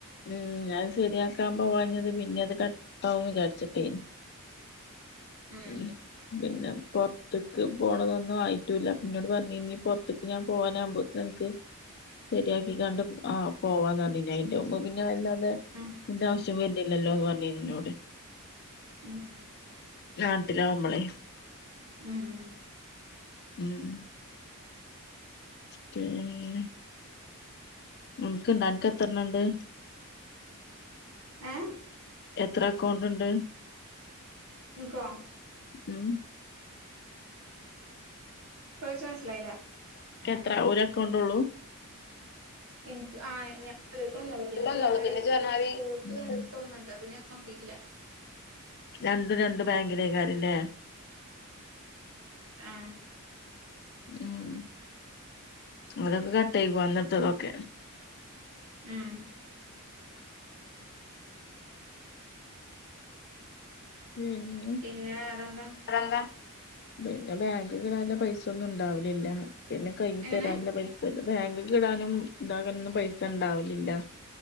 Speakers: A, on the left; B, on the right.
A: ഉം ഞാൻ ശരിയാക്കാൻ പോവാഞ്ഞത് പിന്നെ അത് കട്ടാവും വിചാരിച്ചിട്ടായ്നി.
B: <inaudible> ഉം
A: മ് പിന്നെ പൊ ടക്ക് പോണതൊന്നു ആയിട്ടൂല്ല ന്നോട് പറഞ്ഞ് ഞ്ഞി പോർത്തേക്ക് ഞാൻ പൂവാനമ്പത്തേക്ക്‌ അനക് ശരിയാക്കികാണ്ട് ആ പോവാന്നറിഞ്ഞിഞ്ഞെയ്ന്. മ്പപിന്നെ വല്ലാണ്ട്
B: ഉം
A: ഇന്റെ ആശ്യം വരുന്നില്ലല്ലോന്ന് പറഞ്ഞിന്നോട്.
B: ഉം ഉം
A: നാട്ടിലാമ്പളെ
B: ഉം ഉം
A: ഉം പിള്ളേ നിൻക്ക്ണ്ട് അനക് എത്രണ്ണണ്ട്?
B: ഏ?
A: എത്ര അക്കൗണ്ടുണ്ട്
B: ഇനിക്കോ
A: ഉം
B: ചോയിച്ച മനസ്സിലായില്ല.
A: ത്ര ഒര് അക്കൗണ്ടോള്ളൂ?
B: എനിക്ക് ആ ഞാൻ നിക്കൊണൊള്ളൂ പിന്നെ
A: ഇല്ലന്നള്ളൂ
B: ജെനരി
A: പിന്നെ ഇജ്ജ് പറഞ്ഞമാതിരി
B: സ്കൂൾക്ക് എടുത്തൊന്നണ്ട്
A: ഉം
B: പിന്നെ നോക്കീട്ടില്ല.
A: രണ്ടും രണ്ടു ബാങ്കിലേക്കാരല്ലേ?
B: ആ
A: ഉം അതൊക്കെ കട്ടായിക്കും അന്നത്തതൊക്കെ
B: ഉം
A: പിന്നെ
B: പിന്നെ വേറെന്താ?
A: അതെന്താ പിന്നെ ബാങ്കിന്ന് നല്ല പൈസന്നുണ്ടാവലില്ല പിന്നെ കൈ
B: എങ്ങനെ
A: തരാൻള്ള പൈസണ്ട്. ബാങ്ക്കിടാനും ഇതാക്കാനൊന്നും പൈസണ്ടാവലില്ല.